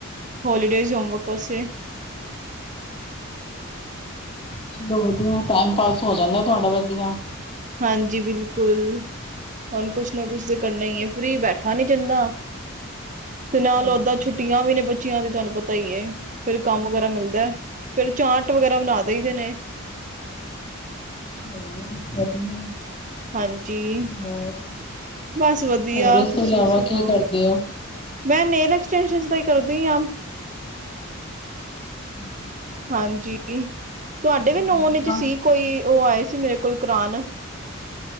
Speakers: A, on the right (about 35°); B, on the left (about 25°).
A: ਹੋਲੀਡੇਜ਼ ਹੋਮਵਰਕ ਵਾਸਤੇ।
B: ਚਲੋ, ਵਧੀਆ ਟਾਈਮ ਪਾਸ ਹੋ ਜਾਂਦਾ, ਤੁਹਾਡਾ ਵਧੀਆ।
A: ਹਾਂਜੀ, ਬਿਲਕੁਲ ਹੁਣ ਕੁਛ ਨਾ, ਕੁਛ ਤਾਂ ਕਰਨਾ ਹੀ ਹੈ ਫਰੀ ਬੈਠਾ ਬੈਠਾ ਨੀ ਜਾਂਦਾ, ਤੇ ਨਾਲ
B: ਨਹੀਂ
A: ਓਦਾਂ ਛੁੱਟੀਆਂ ਵੀ ਨੇ ਬੱ ਬੱਚਿਆਂ ਦੀ, ਤੁਹਾਨੂੰ ਪਤਾ ਹੀ ਏ ਫਿਰ ਕੰਮ ਵਗੈਰਾ ਮਿਲਦਾ, ਫਿਰ ਚਾਟ ਵਗੈਰਾ ਬਣਾ ਦਈ ਦੇ ਨੇ।
B: ਨਹੀਂ, ਵਧੀਆ
A: ਹਾਂਜੀ,
B: ਹੋਰ,
A: ਬਸ ਵਧੀਆ
B: ਹੋਰ ਇਸ
A: ਤੁਸੀਂ
B: ਤੋਂ ਇਲਾਵਾ
A: ਸੁਣਾਓ?
B: ਕੀ ਕਰਦੇ ਹੋ?
A: ਮੈਂ, ਨੇਲ ਐਕਸਟੈਂਸ਼ਨਸ ਦਾ ਹੀ ਕਰਦੀ ਆ।
B: ਹਾਂ
A: ਹਾਂਜੀ, ਤੁਹਾਡੇ ਵੀ
B: ਮਹਿੰਦੀ
A: ਨੋਨ ਚ
B: ਦਾ,
A: ਸੀ ਕੋਈ, ਉਹ ਆਏ ਸੀ ਮੇਰੇ ਕੋਲ ਕਰਾਨ।